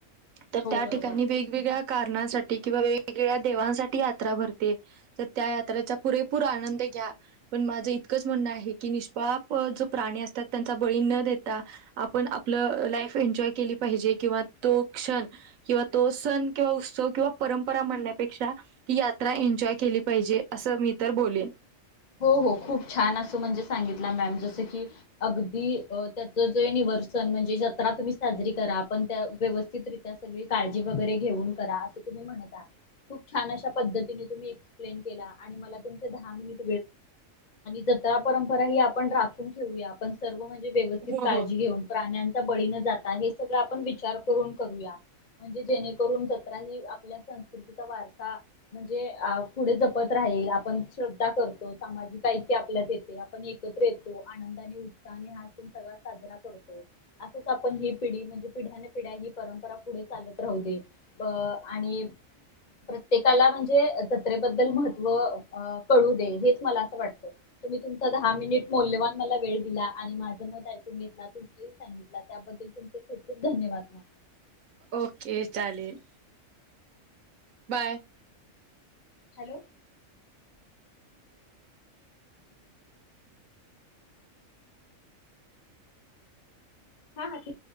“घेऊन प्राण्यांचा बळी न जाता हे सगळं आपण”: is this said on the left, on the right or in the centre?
Left